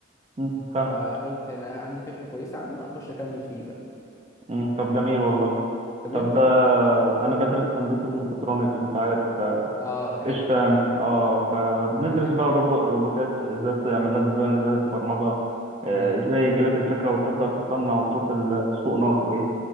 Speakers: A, on the right (about 30°); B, on the left (about 15°).
A: مم. فاهمك
B: فقلت انا عندي فكره كويسه عنه اخش اكمل فيه بقى
A: مم. طب جميل والله
B: طب
A: طب
B: وانت
A: آه، أنا بدرس هندسة ميكاترونكس أنت عارف
B: اه حلو
A: قشطة يعني اه فبندرس
B: <laughs>
A: بقى روبو روبوتات ازاي تعمل لها ديزاين ازاي تبرمجها آه،
B: مم.
A: ازاي يجي لك الفكرة وتبدأ تصنع وتشوف السوق ناقصه ايه